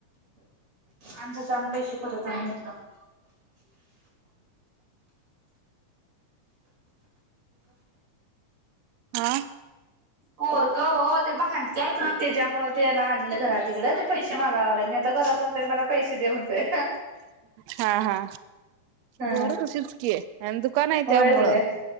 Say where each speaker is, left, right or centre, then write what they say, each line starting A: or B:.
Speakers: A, on the right; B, on the right.
A: अंदाजाने पैसे परत आणून घेतलो <inaudible> <inaudible> <inaudible>
B: हा
A: पोर. हो हो, ते भांडंत्यात त्याच्यामुळ तेला आणलं घरा तिकड ते पैसे पैशे मागायला लागल, आता घरात असल्या वर मला पैसे दे म्हणतोय
B: हा हा.
A: हा
B: पोर तशीच की. आणि दुकान आहे
A: होय
B: त्यामुळं
A: होय